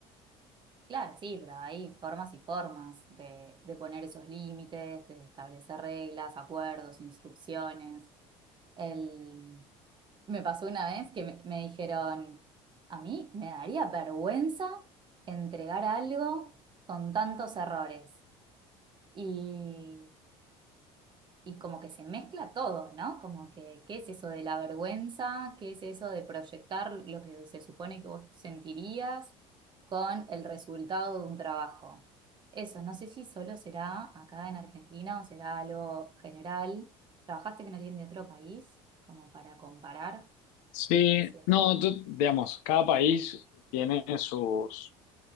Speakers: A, on the right; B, on the left.
A: Claro, sí, pero hay formas y formas de, de poner esos límites, de establecer reglas, acuerdos, instrucciones. El... Me pasó una vez que me, me dijeron, a mí me daría vergüenza entregar algo con tantos errores. Y y como que se mezcla todo, ¿no? Como que, ¿qué es eso de la vergüenza? ¿Qué es eso de proyectar lo que se supone que vos sentirías con el resultado de un trabajo? Eso, no sé si solo será acá en Argentina o será algo general. ¿Trabajaste con alguien de otro país como para comparar?
B: Sí,
A: Sí,
B: no, tú- digamos, cada país tiene sus